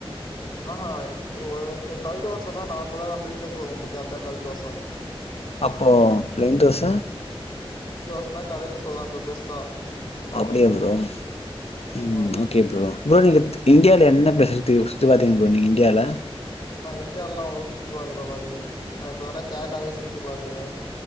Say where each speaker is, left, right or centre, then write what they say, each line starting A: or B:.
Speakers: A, on the left; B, on the left.
A: ஆஹா ஒ கல்தோசனா நார்மலா நம்ம வீட்ல சுடுவோ பாத்தியா அதா கல் தோச
B: அப்போ ப்ளைன் தோச
A: அப்டினா கடையில சூடுறாங்க பாரு பெருசா
B: அப்டியா ப்ரோ உம்
A: ஆமா
B: ஓகே ப்ரோ ப்ரோ நீங்க இந்தியால என்ன ப்ளேஸஸ் சுத்தி சுத்தி பாத்தீங்க ப்ரோ நீங்க இந்தியால
A: நா இந்தியால்லா அவ்ளோ சுத்தி பாக்லடா டேய் நா இப்போ தாடா கேரளாவே சுத்தி பாத்ருக்கே